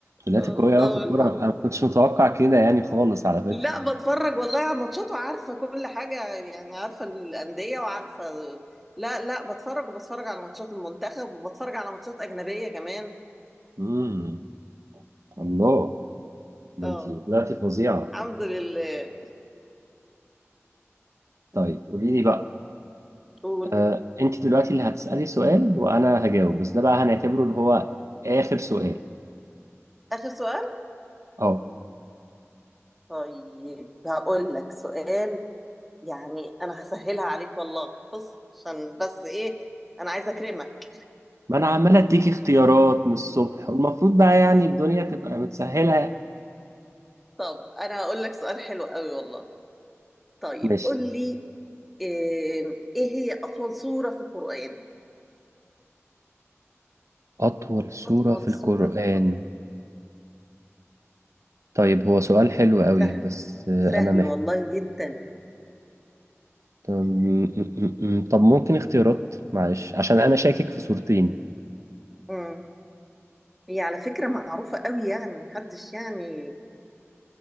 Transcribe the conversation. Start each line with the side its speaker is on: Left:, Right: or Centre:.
Right: طلعتي
Centre: آه،
Right: قوية
Centre: طب
Right: قوي في الكورة
Centre: الحمد
Right: انا ما كنتش متوقع كده يعني خالص على فكرة
Centre: لا بتفرج والله على ماتشات وعارفة كل حاجة يعني عارفة الأندية وعارفة لا لا بتفرج وبتفرج على ماتشات المنتخب وبتفرج على ماتشات أجنبية كمان
Right: امم الله ده
Centre: اه
Right: انت طلعتي فظيعة
Centre: الحمد لله
Right: طيب قولي لي بقى
Centre: قول
Right: آه، انت دلوقتي اللي هتسألي سؤال وانا هجاوب بس ده بقى هنعتبره اللي هو اخر سؤال
Centre: آخر سؤال
Right: اه
Centre: طيب هقول لك سؤال يعني أنا هسهلها عليك والله بص عشان بس إيه أنا عايزة أكرمك
Right: ما انا عمال اديكي اختيارات من الصبح والمفروض بقى يعني الدنيا تبقى متسهلة
Centre: طب أنا هقول لك سؤال حلو قوي والله طيب
Right: ماشي
Centre: قول لي إيه إيه هي أطول سورة في القرآن
Right: أطول سورة
Centre: أطول
Right: في القرآن
Centre: سورة في القرآن
Right: طيب هو سؤال حلو قوي
Centre: سهل
Right: بس آه،
Centre: سهل
Right: أنا محتاج
Centre: والله جدا
Right: تمام م- م- م- طب ممكن اختيارات معلش عشان انا شاكك في صورتين
Centre: امم هي على فكرة معروفة قوي يعني محدش يعني